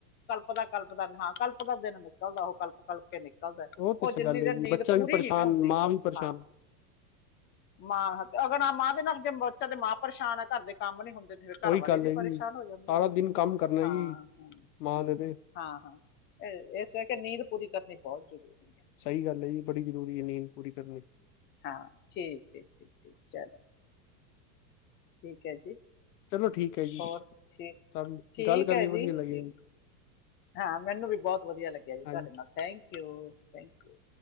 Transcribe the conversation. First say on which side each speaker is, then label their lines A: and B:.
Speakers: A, on the left (about 20°); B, on the left (about 70°).
A: ਕਲਪਦਾ-ਕਲਪਦਾ ਹਾਂ ਕਲਪਦਾ ਦਿਨ ਨਿਕਲਦਾ ਓ ਕਲਪ-ਕਲਪ ਤੇ ਨਿਕਲਦਾ
B: ਉਹ ਤੇ
A: ਓ
B: ਸਹੀ
A: ਜਿੰਨੀ
B: ਗੱਲ ਹੈ
A: ਦੇਰ
B: ਜੀ
A: ਨੀਂਦ
B: ਬੱਚਾ
A: ਪੂਰੀ
B: ਵੀ ਪਰੇਸ਼ਾਨ
A: ਨੀ ਨਾ ਹੁੰਦੀ,
B: ਮਾਂ ਵੀ ਪਰੇਸ਼ਾਨ
A: ਹਾਂ। ਮਾਂ ਤੇ ਅਗਰ ਨਾ ਮਾਂ ਦੇ ਨਾਲ ਜੇ ਬੱਚਾ ਦੇ ਮਾਂ ਪਰੇਸ਼ਾਨ ਆ ਘਰ ਦੇ ਕੰਮ ਨੀ ਹੁੰਦੇ। ਜਿਵੇਂ ਘਰ
B: ਉਹੀ
A: ਵਾਲੇ
B: ਗੱਲ
A: ਵੀ
B: ਹੈ
A: ਪਰੇਸ਼ਾਨ
B: ਜੀ ਸਾਰਾ
A: ਹੋ ਜਾਂਦੇ ਆ,
B: ਦਿਨ ਕੰਮ ਕਰਨਾ
A: ਹਾਂ-ਹਾਂ।
B: ਜੀ ਮਾਂ ਦੇ ਦੇ
A: ਹਾਂ-ਹਾਂ ਏਸ ਕਰਕੇ ਨੀਂਦ ਪੂਰੀ ਕਰਨੀ ਬਹੁ ਜ਼ਰੂਰੀ ਐ।
B: ਸਈ ਗੱਲ ਐ ਜੀ ਬੜੀ ਜ਼ਰੂਰੀ ਐ ਨੀਂਦ ਪੂਰੀ ਕਰਨੀ।
A: ਹਾਂ ਠੀਕ-ਠੀਕ-ਠੀਕ-ਠੀਕ ਚਲੋ ਠੀਕ-ਠੀਕ ਐ ਜੀ।
B: ਚਲੋ ਠੀਕ ਹੈ ਜੀ
A: ਹੋਰ ਠੀਕ-ਠੀਕ
B: ਤੁਹਾਨੂੰ ਗੱਲ ਕਰਕੇ
A: ਐ ਜੀ
B: ਵਧੀਆ
A: ਠੀਕ
B: ਲੱਗਿਆ ਜੀ
A: ਹਾਂ ਮੈਨੂੰ ਵੀ ਬੋਤ ਵਦੀਆ ਲੱਗਿਆ ਜੀ ਤੁਆਡੇ
B: ਹਾਂਜੀ
A: ਨਾਲ ਥੈਂਕ ਯੂ ਥੈਂਕ ਯੂ।